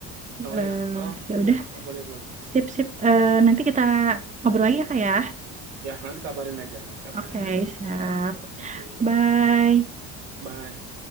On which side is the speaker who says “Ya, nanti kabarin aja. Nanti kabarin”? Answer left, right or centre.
Right